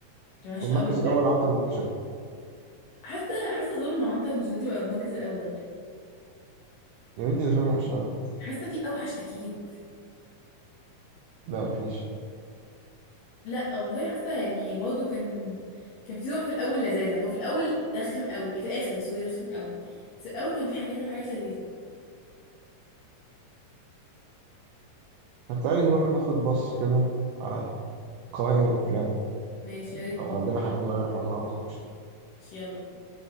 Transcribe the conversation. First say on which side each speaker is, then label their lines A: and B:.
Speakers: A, on the left; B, on the right.
A: كان وحش
B: والمركز
A: قوي بجد
B: الأول عنتر بن شداد
A: حاسه حاسه دول مع عنتر مسعودي بقى المركز الاول
B: يا بنتي ده فيلم وحش أوي
A: حاسه في اوحش اكيد
B: لا مفيش
A: لا والله حاسه يعني برضه كان كان في روح في الاول لذاذه هو في الاول رخم قوي في الاخر سوري رخم قوي بس في الاول كان في حاجات شويه حاجات لذيذه
B: طب تعالي نروح ناخد بصة كده على قوائم الأفلام
A: ماشي يا ريت
B: لو
A: والله
B: عندنا حاجة نغيرها كان عاطل مش
A: ماشي، يلا بينا